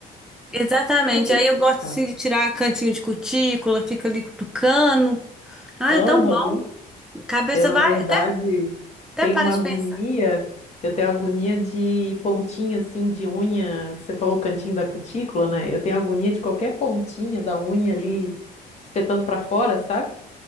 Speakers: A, in the centre; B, on the left (about 40°).
A: Exatamente.
B: Não sei
A: Aí
B: explicar.
A: eu gosto assim de tirar cantinho de cutícula, fica ali cutucando. Ah,
B: Aham.
A: é tão bom. Cabeça
B: Eu, na
A: vai,
B: verdade,
A: até, até
B: tenho
A: para
B: uma
A: de
B: agonia.
A: pensar.
B: Eu tenho agonia de pontinha assim de unha. Você falou o cantinho da cutícula, né? Eu tenho agonia de qualquer pontinha da unha ali espetando pra fora, sabe?